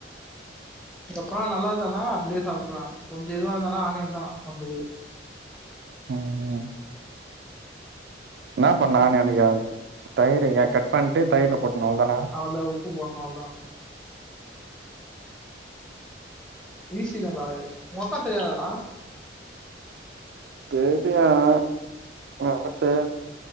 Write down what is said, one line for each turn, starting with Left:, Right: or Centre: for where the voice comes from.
Centre: அதுக்கப்றோ நல்லாருந்தனா அப்டியே சாப்ட்ருவே கொஞ்சோ இதுவாருந்தனா ஆனியன்தா நம்புள்கு
Right: ம் என்ன பண்ணானு எனக்கு தயிரு எ கட் பண்டு தயிர்ல போட்ருணு அவ்ளோதான
Centre: அதுல உப்பு போட்னு அவ்ளோதா ஈசிதாடா அது உங்க அக்கா செய்யாதாடா
Right: கேக்கல ஆத்னால செய்யாத்